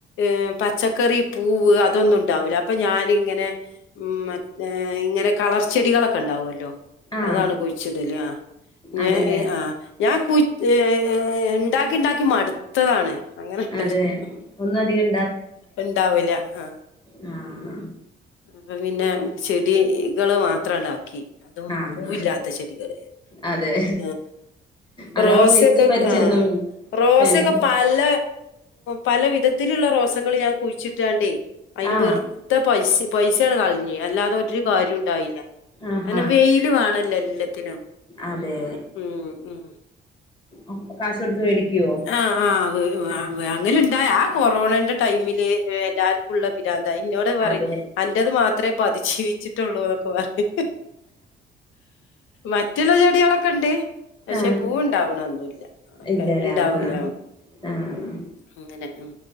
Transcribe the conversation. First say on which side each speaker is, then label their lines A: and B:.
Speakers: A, on the left; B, on the left.
A: ഏഹ് പച്ചക്കറി, പൂവ്, അതൊന്നും ഉണ്ടാവില്ല അപ്പൊ ഞാനിങ്ങനെ മം മ ഇങ്ങനെ കളർച്ചെടികളൊക്കെ ഉണ്ടാവുമല്ലോ?
B: ആഹ്
A: അതാണ് കുഴിച്ചിടല്. ആ ഞ
B: അതെല്ലേ
A: എ ആഹ് ആഹ് ഞാൻ കു ഏ ഉണ്ടാക്കി ഉണ്ടാക്കി മാടുത്തു. ത്തതാണ് അങ്ങനെ ഇട്ടത്
B: അതെ ഒന്നും അധികം
A: ഉണ്ടാവില്ല. അഹ്
B: പിന്നാ
A: അപ്പൊ പിന്നെ ചെടികള് മാത്രം ഇതാക്കി അതും
B: ആഹ്
A: പൂവില്ലാത്ത
B: ആ
A: ചെടികള്.
B: അതെ
A: ആ
B: അതാവുമ്പോ
A: റോസയൊക്കെ
B: വലിയ പരിചരണം
A: ആഹ്
B: വേണ്ട
A: റോസൊക്കെ
B: വേണ്ടല്ലോ
A: പല പല വിധത്തിലുള്ള റോസകൾ ഞാൻ കുഴിച്ചിട്ടാണ്ടേ അതിന്
B: ആഹ്
A: വെറുത പൈസ പൈസയാണ്ട് കളിഞ് അല്ലാതെ ഒരു കാര്യം ഉണ്ടായില്ല.
B: ആഹാ
A: അങ്ങനെ വെയില് വേണല്ലോ എല്ലാത്തിനും.
B: അതെ
A: ഉം ഉം
B: അപ്പം കാശ് കൊടുത്ത് മേടിക്കുവോ
A: ആഹ് ആഹ് അ
B: ആഹ്
A: വ് അങ്ങനുണ്ടായ ആ കൊറോണന്റെ ടൈമില് എല്ലാർക്കും ഉള്ള പിരാന്ത ഇന്നോട് പറ
B: അതെ
A: അൻറത് മാത്രമേ പതിജീവിച്ചിട്ടുള്ളൂ ന്ന്ക്കെ പറയും മറ്റുള്ള ചെടികളൊക്കെ ഉണ്ട്. പക്ഷെ
B: ആഹ്
A: പൂവുണ്ടാവണതൊന്നുല്ല. ഒക്കെ
B: ഇല്ലല്ലേ
A: ഉണ്ടാവൂല
B: ആഹാ ആഹ്
A: അങ്ങനെ ഉം.